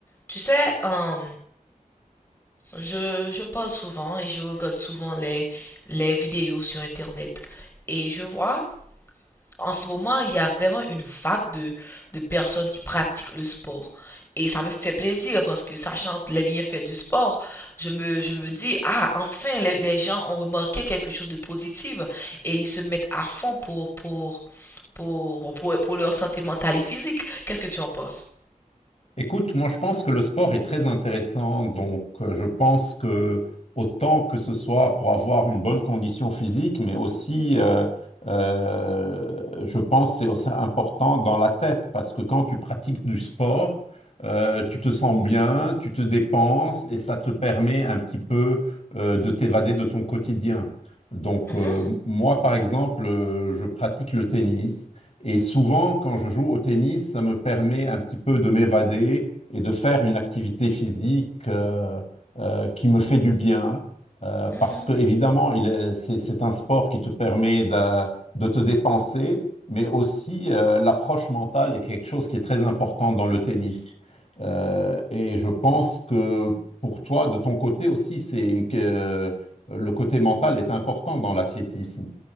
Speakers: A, on the left; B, on the left.
A: Tu sais, euh, je, je parle souvent et je regarde souvent les, les vidéos sur Internet. Et je vois, en ce moment, il y a vraiment une vague de, de personnes qui pratiquent le sport. Et ça me fait plaisir parce que sachant les bienfaits du sport, je me, je me dis, ah, enfin, les, les gens ont remarqué quelque chose de positif et ils se mettent à fond pour, pour, pour, bon, pour, pour leur santé mentale et physique. Qu'est-ce que tu en penses?
B: Écoute, moi je pense que le sport est très intéressant, donc euh, je pense que autant que ce soit pour avoir une bonne condition physique, mais aussi euh, euh, je pense que c'est aussi important dans la tête, parce que quand tu pratiques du sport, euh, tu te sens bien, tu te dépenses et ça te permet un petit peu euh, de t'évader de ton quotidien. Donc
A: Mhm,
B: euh, moi par exemple, euh, je pratique le tennis. Et souvent, quand je joue au tennis, ça me permet un petit peu de m'évader et de faire une activité physique euh, euh, qui me fait du bien. Euh, parce
A: mhm.
B: que, évidemment, il est- c'est, c'est un sport qui te permet de, de te dépenser, mais aussi euh, l'approche mentale est quelque chose qui est très important dans le tennis. Euh, et je pense que pour toi, de ton côté aussi, c'est une- que, euh, le côté mental est important dans l'athlétisme.